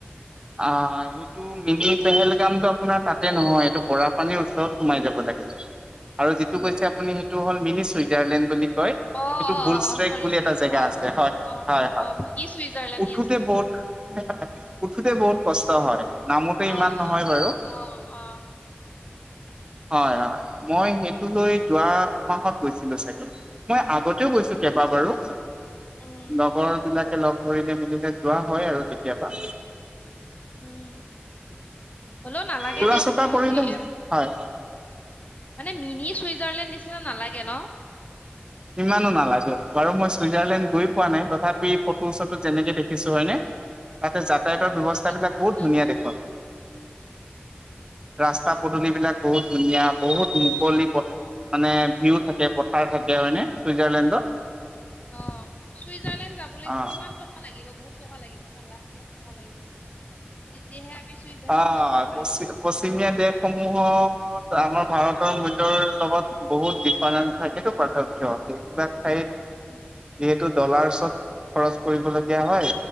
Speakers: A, on the right (about 25°); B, on the left (about 40°).
A: অ সেইটো মিনি পেহেলগামটো আপোনাৰ তাতে নহয় এইটো বৰা পানীৰ ওচৰত সোমাই যাব লাগে।
B: <inaudible>
A: আৰু যিটো
B: উম
A: কৈছে আপুনি সেইটো হ'ল মিনি চুইজাৰলেণ্ড বুলি কয়।
B: অ অ
A: সেইটো বুলচ
B: অ অ
A: ট্ৰেক
B: চৰি
A: বুলি
B: চৰি
A: এটা জেগা
B: অ
A: আছে,
B: অ
A: হয়
B: অ
A: হয়
B: অ কি চুইজাৰলেণ্ড
A: উঠোতে
B: য়েছ য়েছ
A: বহুত উঠোতে বহুত কষ্ট হয় নামোতে
B: অ
A: ইমান নহয়
B: অ
A: বাৰু।
B: অ অ
A: হয় হয় মই সেইটো লৈ যোৱা মাহত গৈছিলো চাগে। মই আগতেও গৈছো কেইবাবাৰো।
B: উম
A: লগৰ বিলাকে লগ ধৰিলে মেলিলে যোৱা হয় আৰু কেতিয়াবা।
B: উম, হলেও নালাগে
A: ফুৰা
B: দিয়ক
A: চকা
B: মিউজিক
A: কৰিলে হয়।
B: মানে মিনি চুইজাৰলেণ্ড নিচিনা নালাগে ন?
A: ইমানো নালাগে বাৰু মই চুইজাৰলেণ্ড গৈ পোৱা নাই তথাপি ফটো চটো যেনেকে দেখিছো হয় নে? তাতে যাতায়াতৰ
B: উম,
A: ব্যৱস্থাবিলাক
B: তিনি চাৰি মান
A: বহুত
B: নালাগে।
A: ধুনীয়া দেখোন। ৰাস্তা পদূলিবিলাক বহুত ধুনীয়া। বহুত মুকলি পথ, মানে ভিউ থাকে পথাৰ থাকে হয়নে? চুইজাৰলেণ্ডত
B: অ', চুইজাৰলেণ্ড যাবলৈতো
A: অ
B: কিমান টকা লাগিব বহুত টকা লাগিব ন' লাখ লাখ টকা লাগিব, তেতিয়াহে আমি চুইজাৰলেণ্ড
A: অ,
B: যাব
A: '
B: পাৰিম
A: পশ্চি-পশ্চিমীয়া দেশ সমূহত আমাৰ ভাৰতৰ মূল্যৰ লগত বহুত ডিফাৰেন্স থাকেতো পৰ্থক্য সেইবিলাক ঠাইত
B: উম
A: যিহেতু ডলাৰচত, খৰচ কৰিবলগীয়া হয়,